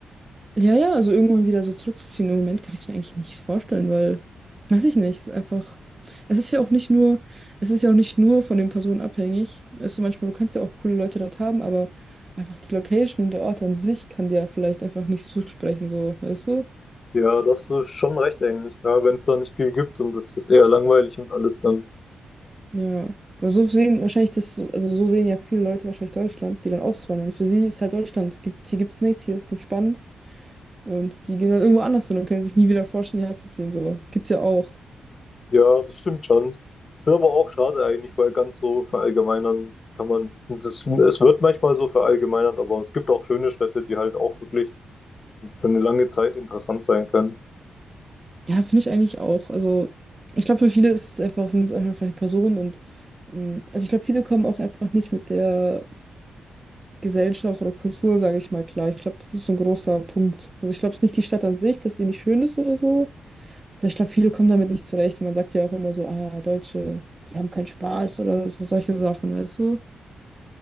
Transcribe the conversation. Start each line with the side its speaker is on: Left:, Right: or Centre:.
Right: Ja, ja, also irgendwann wieder so zurückzuziehen. Im Moment kann ich es mir eigentlich nicht vorstellen, weil, weiß ich nicht, es ist einfach, es ist ja auch nicht nur, es ist ja auch nicht nur von den Personen abhängig. Also manchmal, du kannst ja auch coole Leute dort haben, aber einfach die Location und der Ort an sich kann dir ja vielleicht einfach nicht zusprechen, so, weißt du?
Left: Ja, das ist schon recht eigentlich. Ja, wenn es da nicht viel gibt und es ist eher langweilig und alles, dann
Right: Ja. Aber so sehen wahrscheinlich das, so- also so sehen ja viele Leute wahrscheinlich Deutschland, die dann auswandern. Für sie ist halt Deutschland, gibt, hier gibt's nichts, hier ist nicht spannend. Und die gehen dann irgendwo anders hin und können sich nie wieder vorstellen, hierher zu ziehen, so. Das gibt's ja auch.
Left: ja, das stimmt schon. Ist aber auch schade eigentlich, weil ganz so verallgemeinern kann man, das, es wird manchmal so verallgemeinert, aber es gibt auch schöne Städte, die halt auch wirklich für eine lange Zeit interessant sein können.
Right: Ja, finde ich eigentlich auch. Also, ich glaube, für viele ist es einfach, sind es einfach die Personen und ähm, also ich glaube, viele kommen auch einfach nicht mit der Gesellschaft oder Kultur, sage ich mal, klar. Ich glaube, das ist so ein großer Punkt. Also ich glaube, es ist nicht die Stadt an sich, dass die nicht schön ist oder so. sondern Ich glaube, viele kommen damit nicht zurecht. Man sagt ja auch immer so, ah, Deutsche, die haben keinen Spaß oder so solche Sachen, weißt du?